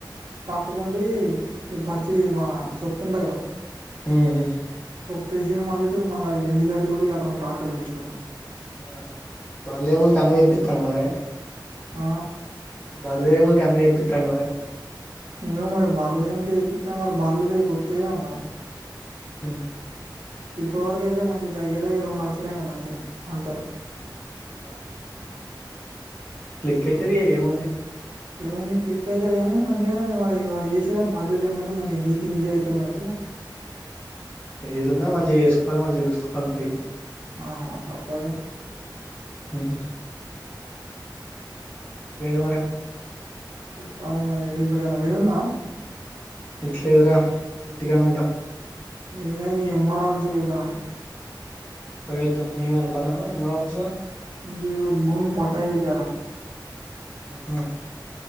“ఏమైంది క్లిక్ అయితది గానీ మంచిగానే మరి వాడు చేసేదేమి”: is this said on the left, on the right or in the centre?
Right